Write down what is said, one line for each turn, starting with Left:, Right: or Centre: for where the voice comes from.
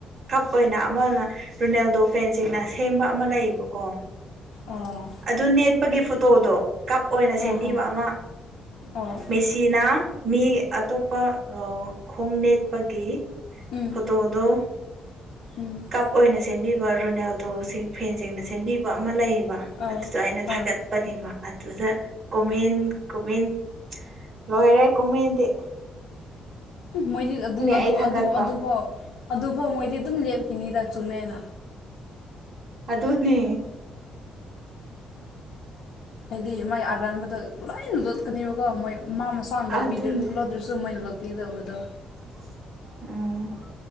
Right: ꯀꯞ ꯑꯣꯏꯅ ꯑꯃꯅ ꯔꯣꯅꯦꯜꯗꯣ ꯐꯦꯟꯁꯤꯡꯅ ꯁꯦꯝꯕ ꯑꯃ ꯂꯩꯌꯦꯕꯀꯣ
Left: ꯑꯣ
Right: ꯑꯗꯨ ꯅꯦꯠꯄꯒꯤ ꯐꯣꯇꯣꯗꯣ ꯀꯞ ꯑꯣꯏꯅ ꯁꯦꯝꯕꯤꯕ
Left: ꯑꯥ ꯑꯥ
Right: ꯑꯃ
Left: ꯑꯥ
Right: ꯃꯦꯁꯤꯅꯥ ꯃꯤ ꯑꯇꯣꯞꯄ ꯈꯣꯡ ꯅꯦꯠꯄꯒꯤ
Left: ꯎꯝ
Right: ꯐꯣꯇꯣꯗꯣ
Left: ꯎꯝ
Right: ꯀꯞ ꯑꯣꯏꯅ ꯁꯦꯝꯕꯤꯕ ꯔꯣꯅꯦꯜꯗꯣ ꯐꯦꯟꯁꯤꯡꯅ ꯁꯦꯝꯕꯤꯕ ꯑꯃ ꯂꯩꯌꯦꯕ
Left: ꯑꯥ
Right: ꯑꯗꯨꯗꯣ ꯑꯩꯅ ꯊꯥꯒꯠꯄꯅꯦꯕ
Left: ꯑꯥ
Right: ꯑꯗꯨꯗ ꯀꯃꯦꯟ ꯀꯃꯦꯟ ꯂꯣꯏꯔꯦ ꯀꯃꯦꯟꯗꯦ
Left: ꯃꯣꯏꯗꯤ
Right: ꯑꯩ ꯊꯥꯒꯠꯄ
Left: ꯑꯗꯨꯐꯥꯎ ꯑꯗꯨꯐꯧ ꯃꯣꯏꯗꯤ ꯑꯗꯨꯝ ꯂꯦꯞꯈꯤꯅꯤꯗ ꯆꯨꯝꯃꯦꯅ
Right: ꯑꯗꯅꯦ
Left: ꯍꯥꯏꯗꯤ ꯃꯥꯏ ꯑꯔꯥꯟꯕꯗ ꯂꯣꯏꯅ ꯂꯣꯠꯀꯅꯤꯕꯀꯣ ꯃꯣꯏ ꯃꯥ ꯑꯄꯥꯥꯝ ꯂꯄꯤ
Right: ꯑꯗꯨꯅꯦ
Left: ꯂꯣꯠꯇ꯭ꯔꯁꯨ ꯃꯣꯏꯅ ꯂꯥꯛꯄꯤꯗꯕꯗꯣ
Right: ꯑꯥ